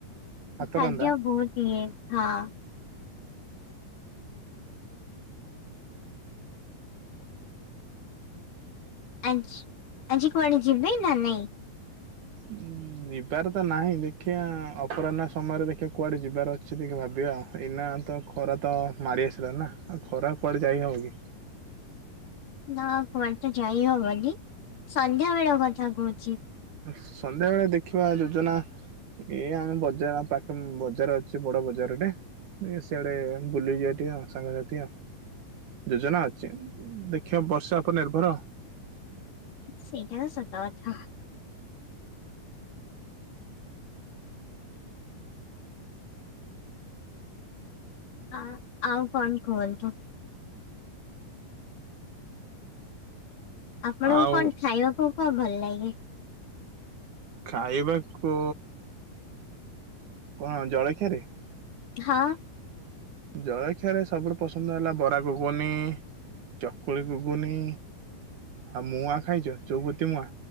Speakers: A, on the right (about 60°); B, on the left (about 60°).
A: ହାତ
B: ଖାଦ୍ୟ
A: ରନ୍ଧା
B: ବହୁତ୍ ଇଏ ହଁ। ଆଜି ଆଜି କୁଆଡ଼େ ଯିବେ ନା ନାହିଁ?
A: ଉଁ। ଯିବାର ତ ନାହିଁ ଦେଖିବା ଅପରାହ୍ନ ସମୟରେ ଦେଖିବା କୁଆଡ଼େ ଯିବାର ଅଛି ଦେଖି ଭାବିବା ଏଇନା ତ ଖରା ତ ମାଡ଼ି ଆସିଲାନିନା ଆଉ ଖରାରେ କୁଆଡ଼େ ଯାଇ ହେବ କି?
B: ନା କୁଆଡେ ତ ଯାଇହବନି ସନ୍ଧ୍ୟା ବେଳ କଥା କହୁଛି।
A: ସନ୍ଧ୍ୟାବେେଳେ ଦେଖିବା ଯୋଜନା ଏ ଆମେ ବଜାର ପାଖେ ବଜାର ଅଛି ବଡ ବଜାରଟେ। ସିଆଡେ ବୁଲି ଯିବା ଟି ଆଉ ସାଙ୍ଗସାଥି ଆଉ। ଯୋଜନା ଅଛି ଦେଖିବା ବର୍ଷା ଉପରେ ନିର୍ଭର।
B: ସେଇଟା ବି ସତକଥା। ହଁ ଆଉ କଣ କୁହନ୍ତୁ? ଆପଣଙ୍କୁ
A: ଆଉ
B: କଣ ଖାଇବାକୁ କଣ ଭଲ ଲାଗେ?
A: ଖାଇବାକୁ କଣ ଜଳଖିଆରେ?
B: ହଁ।
A: ଜଳଖିଆରେ ସବୁଠୁ ପସନ୍ଦ ହେଲା ବରା ଗୁଗୁନି ଚକୁଳି ଗୁଗୁନି। ଆଉ ମୁୂଆଁ ଖାଇଚ ଚଉପତି ମୁଆଁ?